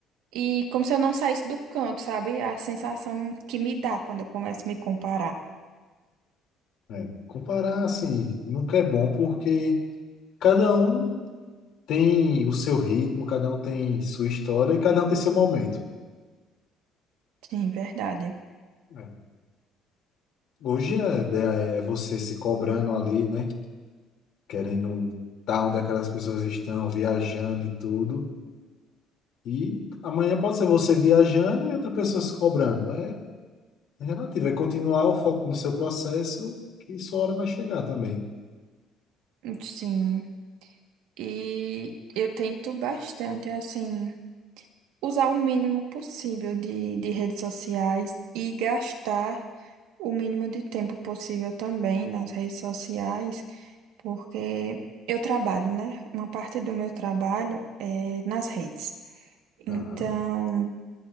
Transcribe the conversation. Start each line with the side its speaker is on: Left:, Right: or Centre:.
Right: E como se eu não saísse do canto, sabe? A sensação que me dá quando eu começo a me comparar.
Left: É, comparar, assim, nunca é bom porque Cada um tem o seu ritmo, cada um tem sua história e cada um tem seu momento.
Right: Sim, verdade.
Left: né? Hoje a ideia é é você se cobrando ali, né? Querendo estar onde aquelas pessoas estão, viajando e tudo. E amanhã pode ser você viajando e outra pessoa se cobrando. É relativo, é continuar o foco no seu processo que sua hora vai chegar também.
Right: Sim. E eu tento bastante, assim, usar o mínimo possível de, de redes sociais e gastar o mínimo de tempo possível também nas redes sociais, porque eu trabalho, né? Uma parte do meu trabalho é nas redes. Então.
Left: Aham,